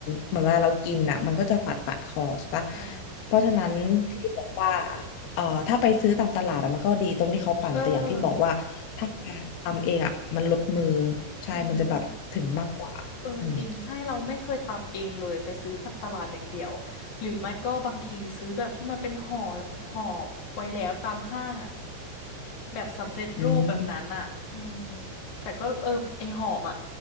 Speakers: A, on the left (about 65°); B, on the left (about 45°).
A: เหมือนเวลาเรากินอ่ะมันก็จะฝาดฝาดคอใช่ปะ
B: อ๋อ
A: เพราะฉะนั้นที่บอกว่าเอ่อถ้าไปซื้อตามตลาดอะมันก็ดีตรงที่เขาปั่นแต่อย่างที่บอกว่าถ้า
B: เออ
A: ทำเองอ่ะมันลดมือใช่มันจะแบบถึงมากกว่าอืม
B: อืมเออจริงใช่เราไม่เคยตำเองเลยไปซื้อจากตลาดอย่างเดียวหรือไม่ก็บางทีซื้อแบบที่มันเป็นห่อห่อไว้แล้วตามห้างอ่ะ แบบสำเร็จรูปแบบนั้นอ่ะอืม
A: อืม
B: แต่ก็เออไอหอมอ่ะ